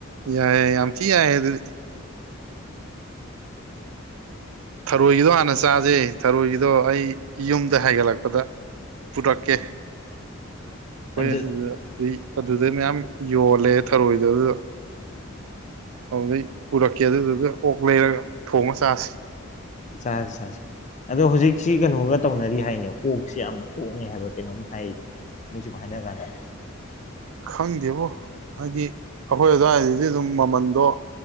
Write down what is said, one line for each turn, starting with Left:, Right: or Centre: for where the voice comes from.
Right: ꯌꯥꯏꯌꯦ ꯌꯥꯝꯊꯤ ꯌꯥꯏ ꯑꯗꯨꯗꯤ ꯊꯔꯣꯏꯒꯤꯗꯣ ꯍꯥꯟꯅ ꯆꯥꯖꯩ ꯊꯔꯣꯏꯒꯤꯗꯣ ꯑꯩ ꯌꯨꯝꯗ ꯍꯥꯏꯒꯠꯂꯛꯄꯗ ꯄꯨꯨꯔꯛ ꯀꯦ ꯍꯣꯏ
Left: ꯑꯗꯨ
Right: ꯑꯗꯨꯗ ꯑꯗꯨꯗꯩ ꯃꯌꯥꯝ ꯌꯣꯜꯂꯦ ꯊꯔꯣꯏꯗꯣ ꯑꯗꯨꯗ__ ꯑꯗꯨꯗꯩ ꯄꯨꯔꯛꯀꯦ ꯑꯗꯨꯗꯨꯒ ꯑꯣꯛ ꯂꯩꯔꯒ ꯊꯣꯡꯉ ꯆꯁꯤ
Left: ꯆꯥꯖꯦ ꯆꯥꯁꯦ ꯑꯗꯣ ꯍꯧꯖꯤꯛꯁꯤ ꯀꯩꯅꯣꯒ ꯇꯧꯅꯔꯤ ꯍꯥꯏꯅꯦ ꯑꯣꯛꯁꯤ ꯌꯥꯝꯅ ꯍꯣꯡꯉꯦ ꯍꯥꯏꯕ ꯀꯩꯅꯣꯝ ꯍꯥꯏꯔꯤꯅꯦ ꯃꯤ ꯁꯨꯝ ꯍꯥꯏꯅ ꯀꯥꯟꯅ
Right: ꯈꯪꯗꯦꯕꯣ ꯍꯥꯏꯗꯤ ꯑꯩꯈꯣꯏ ꯑꯗꯨꯋꯥꯏꯗꯗꯤ ꯑꯗꯨꯝ ꯃꯃꯟꯗꯣ__